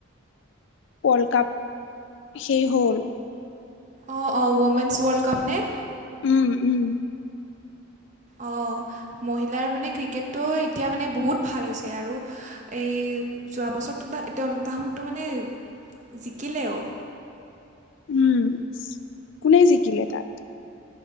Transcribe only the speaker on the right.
অ', অ', অমেণ ৱৰ্ল্ডকাপ নে।
অ, মহিলাৰ মানে ক্ৰিকেটটো এতিয়া মানে বহুত ভাল হৈছে আৰু এই যোৱা বছৰ এতিয়া অল তাহুডটো মানে জিকিলে অ'।